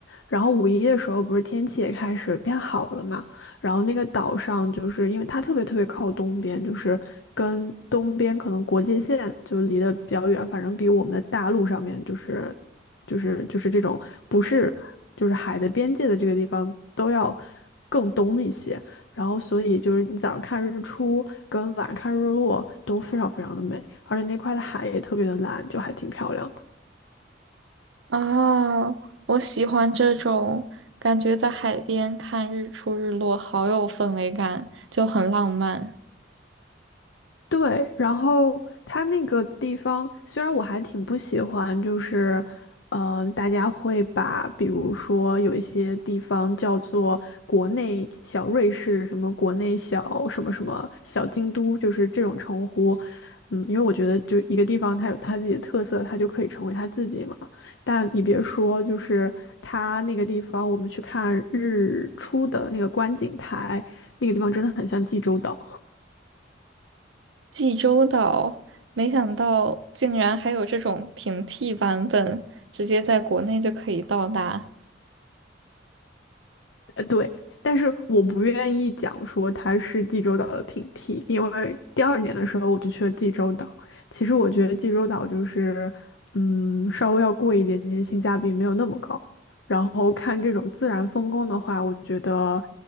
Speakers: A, on the left (about 80°); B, on the right (about 85°).
A: 然后五一的时候不是天气也开始变好了嘛，然后那个岛上就是因为它特别特别靠东边，就是跟东边可能国界线就离得比较远，反正比我们的大陆上面就是就是就是这种不是就是海的边界的这个地方都要更东一些。然后所以就是你早上看日出跟晚上看日落都非常非常的美，而且那块的海也特别的蓝，就还挺漂亮的。
B: 啊，我喜欢这种感觉，在海边看日出日落，好有氛围感，就很浪漫。
A: 对，然后它那个地方虽然我还挺不喜欢，就是，嗯、大家会把比如说有一些地方叫做国内小瑞士，什么国内小什么什么小京都，就是这种称呼，嗯，因为我觉得就一个地方它有它自己的特色，它就可以成为它自己嘛。但你别说，就是它那个地方，我们去看日出的那个观景台，那个地方真的很像济州岛。
B: 济州岛，没想到竟然还有这种平替版本，直接在国内就可以到达。
A: 呃对，但是我不愿意讲说它是济州岛的平替，因为第二年的时候我就去了济州岛。其实我觉得济州岛就是，嗯，稍微要贵一点点，性价比没有那么高。然后看这种自然风光的话，我觉得，